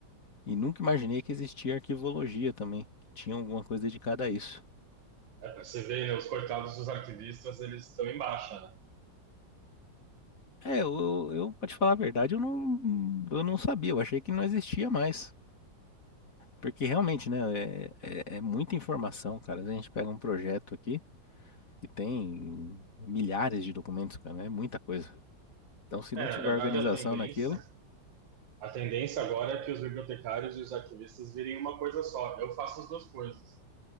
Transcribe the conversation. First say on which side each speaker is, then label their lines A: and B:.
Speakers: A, on the left; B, on the right.
A: E nunca imaginei que existia arquivologia também, que tinha alguma coisa dedicada a isso.
B: É, pra você ver, né, os coitados dos arquivistas, eles estão em baixa, né?
A: É, eu, eu, pra te falar a verdade, eu não, eu não sabia, eu achei que não existia mais. Porque realmente, né, é, é, é muita informação, cara. Às vezes A gente pega um projeto aqui que tem milhares de documentos, cara, né, é muita coisa. Então, se não
B: É,
A: tiver
B: na verdade,
A: organização
B: a tendência,
A: naquilo,
B: a tendência agora é que os bibliotecários e os arquivistas virem uma coisa só. Eu faço as duas coisas.